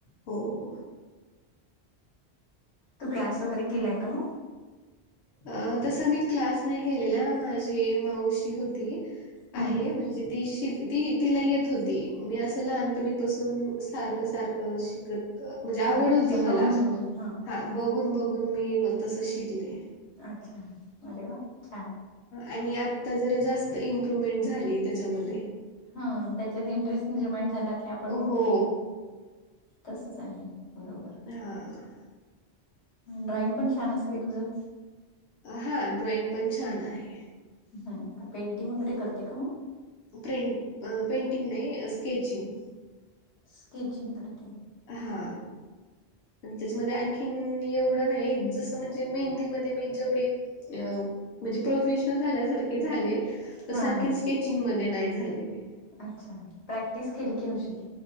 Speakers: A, on the left; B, on the left.
A: हो!
B: तू क्लास वगैरे केलाय का मग?
A: अ तस मी क्लास नाही केलेला माझी माऊशी होती
B: हम्म
A: आहे म्हणजे ती शिक तिला येत होती. मी असं लहानपणीपासून सारखं सारखं शिकत म्हणजे आवड
B: हा
A: होती
B: तिचं
A: मला
B: बघून बघून
A: हा बघून बघून मी मग तस शिकले.
B: अच्छा अरे वा छान!
A: आणि आत्ता जरा जास्त इम्प्रुव्हमेंट झाली त्याच्यामध्ये.
B: हा त्याच्यात इंटरेस्ट निर्माण झाला की आपण
A: हो.
B: मग ते तसंच आहे बरोबर!
A: हा!
B: ड्रॉइंग पण छान असेल तुझं?
A: हा ड्रॉइंग पण छान आहे.
B: हा पेंटिंग वगैरे करते का मग?
A: प्रें पेंटिंग नाही स्केचिंग.
B: स्केचिंग करते.
A: हा! त्याच्यामध्ये आणखीन एवढं नाही जसं म्हणजे मेहंदीमध्ये मी जेवढी अ म्हणजे प्रोफेशनल झाल्यासारखे झाले. तस
B: हा
A: आणखीन
B: हा
A: स्केचिंग मध्ये नाही झालेले.
B: अच्छा प्रॅक्टिस केली की होशील.